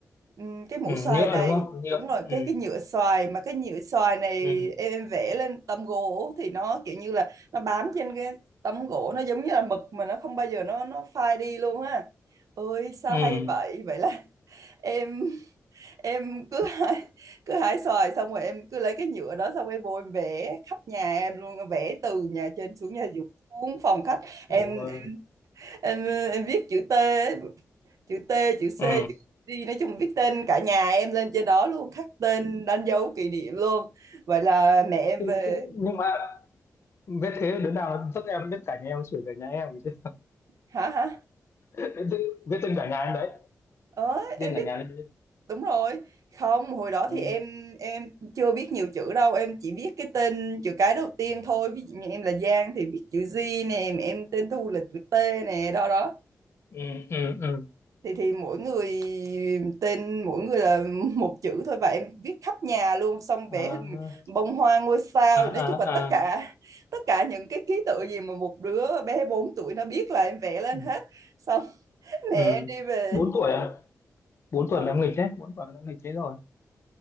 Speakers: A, on the right; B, on the left.
A: Ừm, cái mũ
B: ừ
A: xoài
B: nhựa
A: này
B: đúng không nhựa
A: đúng rồi
B: ừ
A: cái cái nhựa xoài mà cái nhựa xoài này
B: ừ
A: em, em vẽ lên tấm gỗ thì nó kiểu như là nó bám trên cái tấm gỗ nó giống như là mực mà nó không bao giờ nó nó phai đi luôn á ơi sao
B: ừ
A: hay vậy vậy là <laughs> em em cứ hái, cứ hái xoài xong rồi em cứ lấy cái nhựa đó xong em vô em vẽ khắp nhà em luôn vẽ từ nhà trên xuống nhà dưới xuống phòng khách em
B: ôi
A: em em viết chữ T ấy, chữ T chữ C
B: ừ
A: chữ D nói chung viết tên cả nhà em lên trên đó luôn khắc tên đánh dấu kỷ niệm luôn vậy là mẹ em
B: Thế-
A: về
B: thế- nhưng mà biết thế đứa nào nó dắt em biết cả nhà em chửi cả nhà em chứ
A: hả hả
B: <laughs> biết, biết tên cả nhà em đấy
A: ờ
B: tên
A: em viết
B: cả nhà lên
A: đúng rồi không hồi đó
B: ừ,
A: thì em em chưa biết nhiều chữ đâu em chỉ viết cái tên chữ cái đầu tiên thôi ví dụ như em là Giang thì viết chữ G nè mà em tên Thu là chữ T nè đó đó
B: ừ, ừ, ừ.
A: thì thì mỗi người tên mỗi người là <laughs> một chữ thôi và em viết khắp nhà luôn xong
B: À,
A: vẽ hình bông hoa ngôi sao
B: à, à,
A: nói chung là tất
B: à.
A: cả tất cả những cái ký tự gì mà một đứa bé 4 tuổi nó biết là em vẽ lên
B: Ừ,
A: hết xong <laughs> mẹ
B: ừ.
A: em đi về
B: bốn tuổi à bốn
A: đúng rồi
B: tuổi mà em nghịch đấy bốn tuổi nó nghịch thế rồi